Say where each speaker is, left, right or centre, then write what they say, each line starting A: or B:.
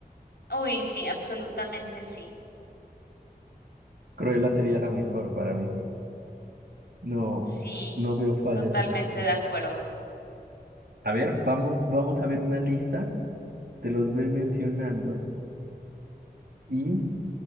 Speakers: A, on the left; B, on the right.
A: Uy, sí, absolutamente sí.
B: Cruella sería la mejor para mí. No,
A: Sí,
B: no veo fallas
A: totalmente
B: en esto.
A: de acuerdo.
B: A ver, vamos, vamos a ver una lista. Te los voy mencionando y